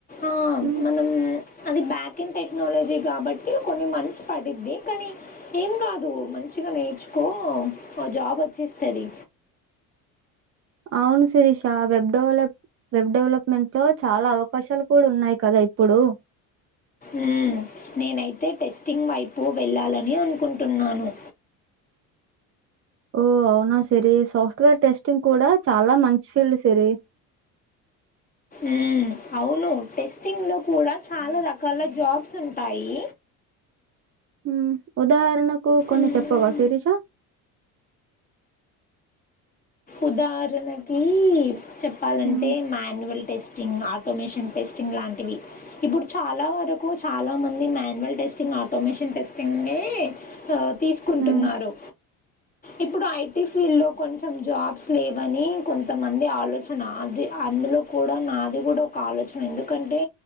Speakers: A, on the left; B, on the right.
A: ఆ
B: హ్మ్.
A: మనం అది బ్యాక్ ఇన్ టెక్నాలజీ కాబట్టి కొన్ని మంత్స్ పడిద్ది. కానీ ఏం కాదు మంచి ఊటిగా నేర్చుకో జాబ్ వచ్చేస్తది.
B: అవును శిరీష వెబ్డెవలప్. వెబ్ డెవలప్మెంట్ లో చాలా అవకాశాలు కూడా ఉన్నాయి కదా ఇప్పుడు.
A: ఉహ్మ్ నేనైతే టెస్టింగ్ వైపు వెళ్ళాలని అనుకుంటున్నాను.
B: ఓ అవునా సిరి సాఫ్ట్వేర్ టెస్టింగ్ కూడా చాలా మంచి ఫీల్డ్ సిరి.
A: మ్మ్. అవును టెస్టింగ్లో కూడా చాలా రకాల జాబ్స్ ఉంటాయి.
B: హ్మ్ ఉదాహరణకు కొన్ని
A: మ్మ్.
B: చెప్పవా శిరీష.
A: ఉదాహరణకి చెప్పాలంటే
B: హ్మ్.
A: Manual testing automation test. Sting లాంటివి ఇప్పుడు చాలా వరకు చాలా మంది మాన్యువల్ టెస్టింగ్ ఆటోమేషన్ టెస్టింగే. హే ఆహ్ తీసుకుంటున్నారు
B: హ్మ్.
A: ఇప్పుడు ఐటీ ఫీల్డ్ లో కొంచం. జాబ్స్ లేవని కొంతమంది ఆలోచన అది అందులో కూడా నాది కూడా ఒక ఆలోచన. ఎందుకంటే